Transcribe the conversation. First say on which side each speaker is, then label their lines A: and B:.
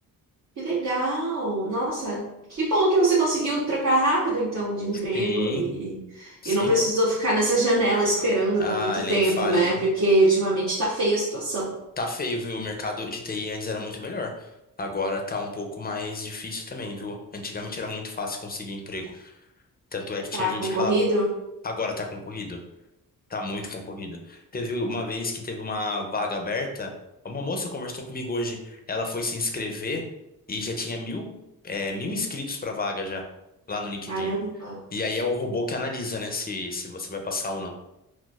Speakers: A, on the right; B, on the left.
A: que legal! Nossa, que bom que você conseguiu trocar rápido, então, de emprego
B: Sim,
A: e,
B: sim.
A: e não precisou ficar nessa janela esperando
B: Ah,
A: por muito
B: ele
A: tempo,
B: é infalha,
A: né?
B: viu?
A: Porque ultimamente tá feia a situação.
B: Tá feio, viu? O mercado de TI antes era muito melhor. Agora tá um pouco mais difícil também, viu? Antigamente era muito fácil conseguir emprego. Tanto é que tinha
A: Tá
B: gente
A: concorrido?
B: que falava, agora tá concorrido, tá muito concorrido. Teve uma vez que teve uma vaga aberta, uma moça conversou comigo hoje, ela foi se inscrever e já tinha mil, é, mil inscritos pra vaga já, lá no LinkedIn.
A: Caramba,
B: E aí é o robô que analisa, né, se, se você vai passar ou não.